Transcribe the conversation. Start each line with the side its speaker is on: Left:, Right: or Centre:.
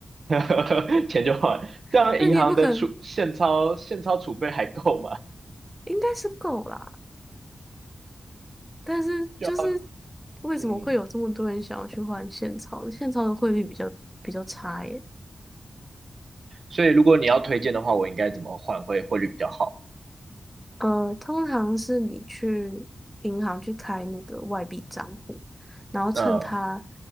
Right: <laughs> 钱就换，
Centre: <laughs>
Right: 这样银行的储现钞现钞储备还够吗？
Centre: 那你也不可能，应该是够啦，但是就是
Right: 就要
Centre: 为什么会有这么多人想要去换现钞？
Right: 嗯，
Centre: 现钞的汇率比较比较差耶，
Right: 所以如果你要推荐的话，我应该怎么换汇汇率比较好？
Centre: 呃，通常是你去银行去开那个外币账户，然后趁它，
Right: 那